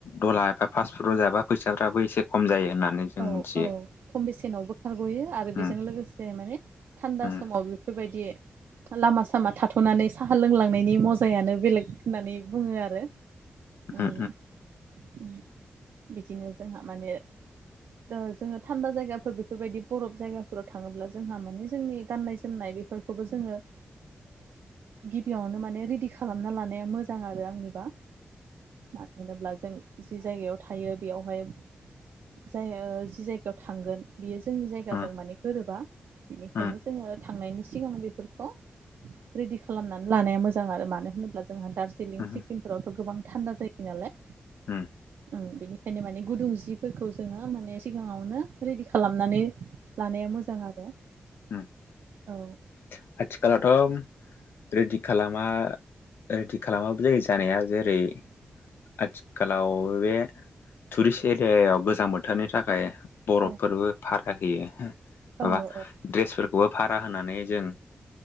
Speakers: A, on the left (about 85°); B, on the right (about 80°).
A: दला एबा फास फुट जाबा फैसाफ्राबो एसे खम जायो होननानै जों
B: औ
A: मिथियो
B: औ खम बेसेनावबो खारग'यो आरो बेजों
A: उम
B: लोगोसे माने थान्दा
A: उम
B: समाव बेफोरबायदि लामा सामा थाथ'नानै साहा लोंलांनायनि मजायानो बेलेग होननानै बुङो आरो नो
A: उम
B: उम बिदिनो जोंहा माने ओ जोङो थान्दा जायगाफोर बेफोरबायदि बरफ जायगाफोराव थाङोब्ला जोंहा माने जोंनि गाननाय जोमनाय बेफोर खौबो जोङो गिबियावनो माने रेडि खालामना लानाया मोजां आरो आंनिबा मानो होनोब्ला जों जि जायगायाव थायो बेयावहाय जाय जि जायगायाव थांगोन बियो जोंनि जायगाजों
A: उम
B: माने गोरोबा बेनिखायनो
A: उम
B: जोङो थांनायनि सिगां बेफोरखौ रेडि खालामनानै लानाया मोजां आरो मानो होनोब्ला जोंहा दार्जिलिं
A: उम
B: सिक्किमफोरावथ' गोबां थान्दा जायो नालाय
A: उम
B: ओं बेनिखायनो माने गुदुं जिफोर फोरखौ जोङो माने सिगाङावनो रेडि खालामनानै लानाया मोजां आरो
A: उम
B: औ
A: आथिखालाथ' रेदि खालामा रेडि खालामाबो जायो जानाया जेरै आथिखालाव बे टुरिस्ट एरियाव गोजां बोथोरनि थाखाय बरफफोरबो
B: औ
A: भारा होयो माबा
B: औ
A: द्रेसफोरखौबो भारा होनानै जों